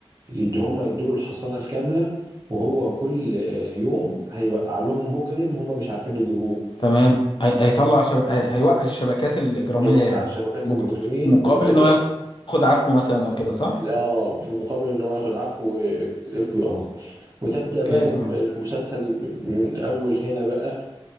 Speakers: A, on the right; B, on the left.
A: يدي هم يدوا له الحصانة الكاملة وهو كل يوم هيوقع لهم مجرم هم مش عارفين يجيبوه
B: تمام هي... هيطلع شب... هي... هيوقع الشبكات الإجرامية
A: هيوقع
B: يعني
A: شبكات
B: مق...
A: المجرمين
B: مقابل
A: اللي هو
B: إن هو ياخد عفو مثلا أو كده صح؟
A: اه في المقابل ان هو ياخد عفو من الاف بي اي وتبدا
B: أوكي
A: بقى الم-
B: تمام
A: المسلسل من اول هنا بقى